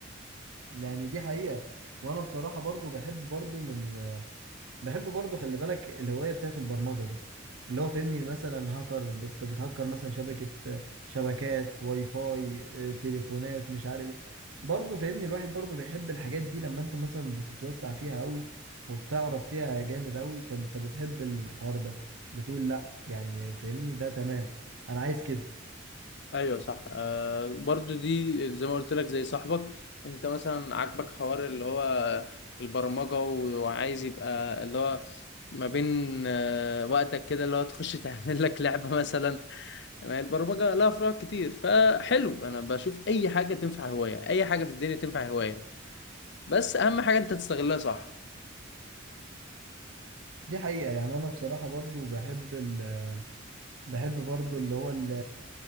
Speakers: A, on the right (about 80°); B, on the left (about 60°).
A: يعني دي حقيقة وأنا بصراحة برضو بحب برضو من بحب برضو خلي بالك الهواية بتاعت البرمجة دي اللي هو فهمني مثلا هاكر بت- بتهكر مثلا شبكة شبكات واي فاي آه، تليفونات مش عارف ايه برضو فهمني الواحد برضو بيحب الحاجات دي لما انت مثلا بتتوسع فيها قوي وبتعرف فيها جامد قوي فانت بتحب الحوار ده بتقول لا يعني فهمني ده تمام انا عايز كده
B: ايوه صح آه برضو دي زي ما قلت لك زي صاحبك انت مثلا عاجبك حوار اللي هو البرمجة و- وعايز يبقى اللي هو ما بين آه وقتك كده اللي هو تخش تعمل لك لعبة مثلا ما هي البرمجة لها فروع كتير فحلو انا بشوف اي حاجة تنفع هواية اي حاجة في الدنيا تنفع هواية بس اهم حاجه انت تستغلها صح
A: دي حقيقة يعني انا بصراحة برضو بحب ال بحب برضو اللي هو ال